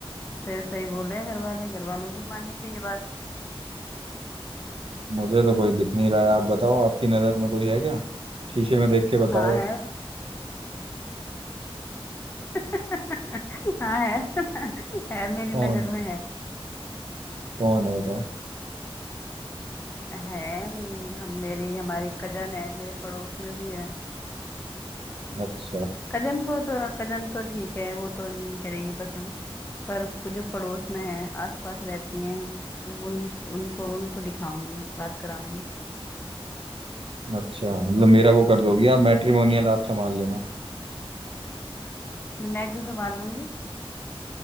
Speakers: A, on the left; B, on the right.
A: सही सही बोल रहे हैं घर वाले घर वालों की भी माननी चाहिए बात
B: मुझे तो कोई दिख नहीं रहा है आप बताओ आपकी नज़र में कोई है क्या शीशे में देख के बताओ
A: हाँ
B: आप
A: है <laughs> हाँ है <laughs> है मेरी
B: कौन
A: नजर में है
B: कौन है बताओ
A: है हम्म, हम मेरी हमारी कजन है मेरे पड़ोस में भी है
B: अच्छा
A: कजन को तो कजन तो ठीक है वो तो नहीं करेगी पसंद पर कुछ जो पड़ोस में है आसपास रहती हैं उन उनको उनको दिखाऊंगी बात कराऊंगी
B: अच्छा मतलब मेरा वो कर दोगी आप मैट्रिमोनियल आप संभाल लेना
A: मैं मैं कैसे मार लूंगी